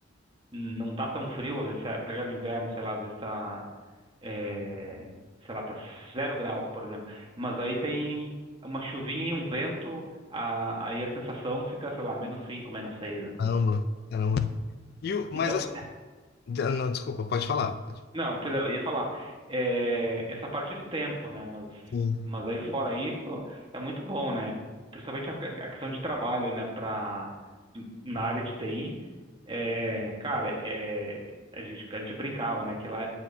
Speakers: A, on the right (about 25°); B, on the left (about 55°).
A: não tá tão frio, às vezes, você pega no inverno, sei lá, às vezes tá, é, sei lá, tá zero graus, por exemplo. Mas aí tem uma chuvinha e um vento, a- aí a sensação fica, sei lá, menos cinco, menos seis, né?
B: Caramba, caramba. E o, mas
A: Então,
B: assim, ah, não, desculpa, pode falar. Pode.
A: não, pois é, eu ia falar, é, essa parte do tempo, né? Mas,
B: Sim.
A: mas aí fora isso, é muito bom, né? Principalmente a a questão de trabalho, né? Pra, na área de TI, É, cara, é, a gente, a gente brincava, né, que lá